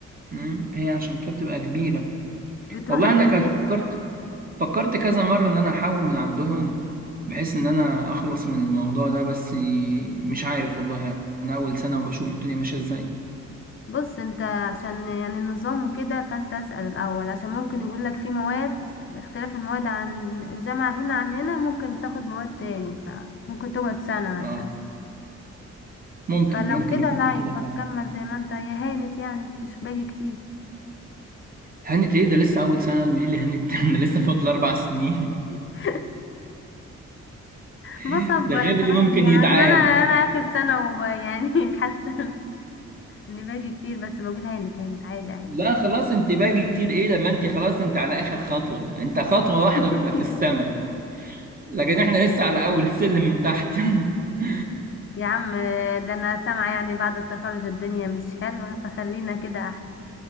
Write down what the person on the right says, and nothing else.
امم هي عشان كده بتبقى كبيرة
والله
انا كان
فكرت
فكرت كذا مرة ان انا احاول من عندهم بحيث ان انا اخلص من الموضوع ده بس مش عارف والله انا اول سنة وبشوف الدنيا ماشية ازاي
اه
ممكن
ممكن
يكون
في كده
فعلا
هنت ايه ده لسه اول سنه ودي اللي هنت <laughs> ده لسه فاضل اربع سنين
<laughs> ده غير اللي
ممكن
يتعاد
لا خلاص انت باجي كتير ايه لما انت خلاص انت على اخر خطوه انت خطوه واحده
وتبقى في السماء لكن احنا لسه على اول السلم من تحت <laughs>